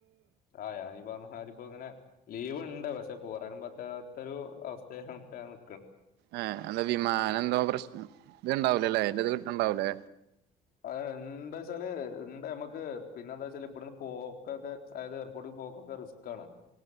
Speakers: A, on the left (about 60°); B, on the right (about 80°).
A: ആഹ ആ ഞ ഈ പറഞ്ഞരിപ്പോൊ ഇങ്ങനെ ലീവ് ഉണ്ട് പക്ഷെ പോറാനൻ പറ്റാത്തൊരു അവസ്ഥയാണ് ഇ
B: ആഏ എന്താ വിമാനം എന്തോ പ്രശ്നം ഇത്ണ്ടാവലല്ലേ അതിറെ ഇത് കിട്ടണ്ടാവലേ
A: അത എന്താ വെച്ചാല് എന്താ നമ്മക്ക് പിന്നെ എന്താ വച്ചാല് ഇവിടന്ന് പോക്കൊക്കെ അതായത് എയർപോർട്ട് പോക്കൊക്കെ റിസ്ക് ആണ്